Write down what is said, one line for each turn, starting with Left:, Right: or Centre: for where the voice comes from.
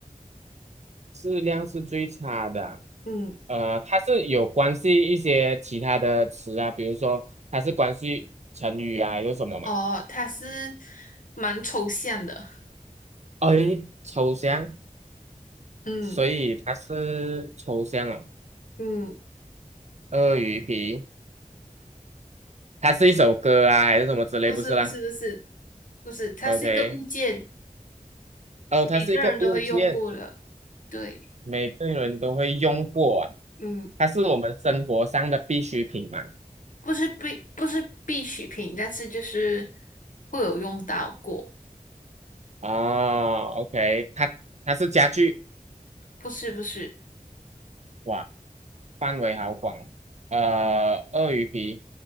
Right: 质量是最差的啊
Left: 嗯，
Right: 呃，它是有关系一些其他的词啊，比如说它是关系成语啊，还是什么嘛？
Left: 哦，它是蛮抽象的。
Right: 哎，抽象。
Left: 嗯
Right: 所以它是抽象哦，
Left: 嗯，
Right: 鳄鱼皮，它是一首歌啊，还是什么之类？
Left: 不是不是不是
Right: 不是啦
Left: 不是，它是一个物件，
Right: ，OK，哦，
Left: 每个人都会用过的。
Right: 它是一个物件，
Left: 对，
Right: 每个人都会用过啊
Left: 嗯，
Right: 它是我们生活上的必需品嘛。
Left: 不是必不是必需品，但是就是会有用到过。
Right: 哦，OK，它它是家具，
Left: 不是不是，
Right: 哇，范围好广哦。呃，鳄鱼皮，